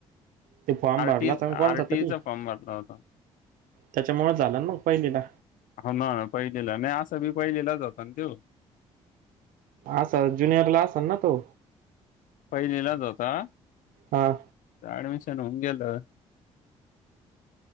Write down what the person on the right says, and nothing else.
ते फॉर्म
भरलं होता ना कोणतातरी
त्याच्यामुळे झालन मग पहिलीला
असं ज्युनियर ला असल ना तो
हा